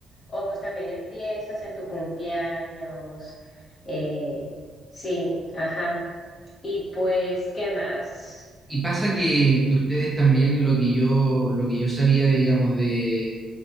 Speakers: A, on the left (about 40°); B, in the centre.
A: o pues también en fiestas, en tu cumpleaños, eh, sí, ajá. Y pues, ¿qué más?
B: Y pasa que, que ustedes también lo que yo, lo que yo sabía, digamos, de,